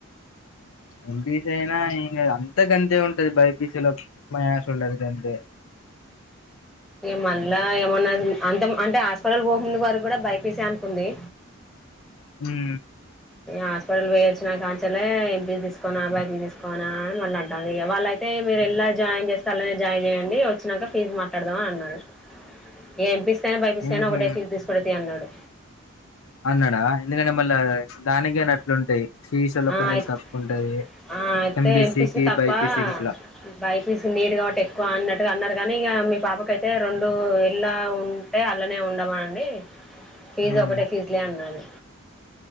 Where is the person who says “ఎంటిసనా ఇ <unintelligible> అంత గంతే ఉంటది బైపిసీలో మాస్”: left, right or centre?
Left